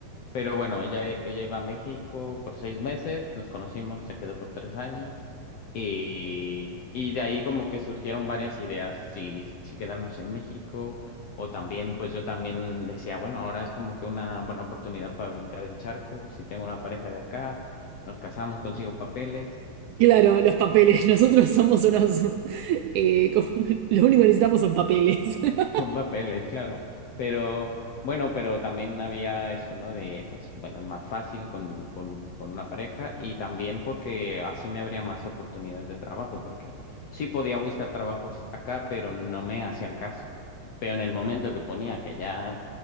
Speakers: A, on the left; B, on the right.
A: pero bueno, ella, ella iba a México por seis meses, nos conocimos, se quedó por tres años y, y de ahí como que surgieron varias ideas, si, si quedarnos en México o también, pues yo también decía, bueno, ahora es como que una buena oportunidad para brincar el charco, si tengo una pareja de acá, nos casamos, consigo papeles
B: Claro, los papeles. <laughs> Nosotros somos unos... <laughs> eh, como- lo único que necesitamos son papeles.
A: <laughs>
B: <laughs>
A: Son papeles, claro. Pero bueno, pero también había eso, ¿no? De, pues bueno, es más fácil con, con, con una pareja y también porque así me habría más oportunidades de trabajo, porque sí podía buscar trabajos acá, pero no me hacían caso. Pero en el momento que ponía que ya